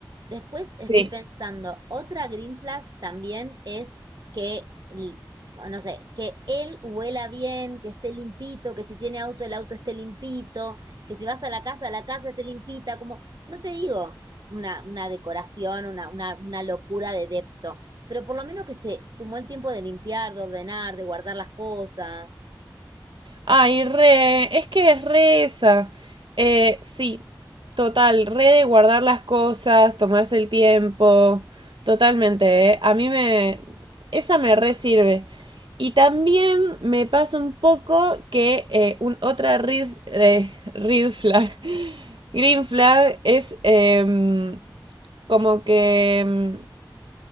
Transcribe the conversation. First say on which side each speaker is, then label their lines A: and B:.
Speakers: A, on the right; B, on the right.
A: Después
B: Sí,
A: estoy pensando, otra green flag también es que, l- no sé, que él huela bien, que esté limpito, que si tiene auto, el auto esté limpito, que si vas a la casa, la casa esté limpita, como, no te digo una, una decoración, una, una, una locura de depto, pero por lo menos que se tomó el tiempo de limpiar, de ordenar, de guardar las cosas.
B: Ay, re, es que es re esa. Eh, sí, total, re de guardar las cosas, tomarse el tiempo, totalmente, ¿eh? A mí me, esa me re sirve. Y también me pasa un poco que eh, un, otra red, eh, red flag, <laughs> green flag es em, como que em,